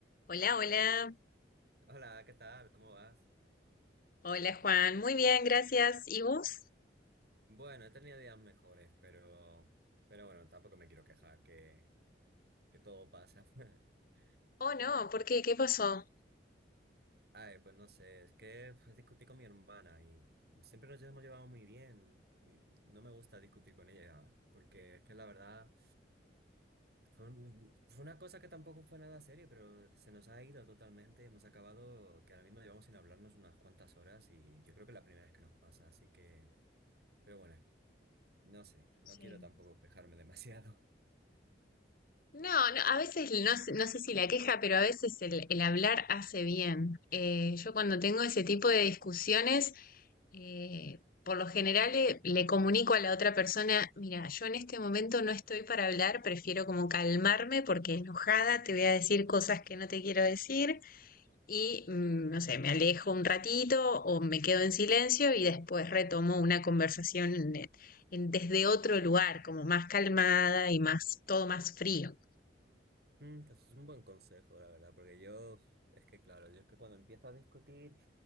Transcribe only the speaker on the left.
Hola, hola.
Hola, Juan. Muy bien, gracias. ¿Y vos?
Oh, no, ¿por qué? ¿Qué pasó?
Sí.
No, no, a veces no, sé- no sé si la queja, pero a veces el, el hablar hace bien. Eh, yo cuando tengo ese tipo de discusiones, eh, por lo general eh, le, comunico a la otra persona, mira, yo en este momento no estoy para hablar, prefiero como calmarme porque enojada te voy a decir cosas que no te quiero decir y, mm, no sé, me alejo un ratito o me quedo en silencio y después retomo una conversación en- en- desde otro lugar, como más calmada y más, todo más frío.